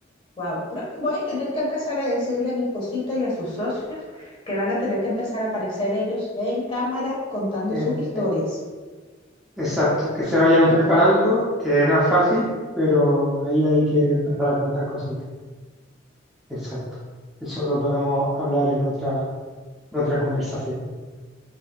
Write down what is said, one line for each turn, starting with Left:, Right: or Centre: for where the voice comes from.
Left: Wow, creo que voy a tener que empezar a decirle a mi esposito y a sus socios que van a tener que empezar a aparecer ellos en cámara contando
Centre: Eh,
Left: sus historias.
Centre: eh, exacto, que se vayan preparando, que no es fácil, pero ahí hay que empezar a contar cositas. Exacto. Eso lo podemos hablar en otra, en otra conversación.